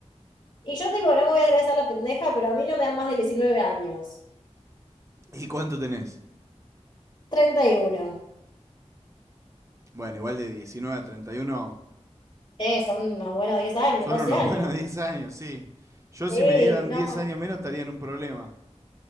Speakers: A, on the left; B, on the right.
A: Y yo digo, no me voy a agradecer la pendeja, pero a mí no me dan más de diecinueve años.
B: ¿Y cuánto tenés?
A: treinta y uno,
B: Bueno, igual de 19 a 31
A: Eh, son unos buenos 10 años,
B: son
A: 12
B: unos
A: años.
B: <laughs> buenos 10 años, sí. Yo
A: Sí,
B: si me dieran
A: no.
B: 10 años menos estaría en un problema.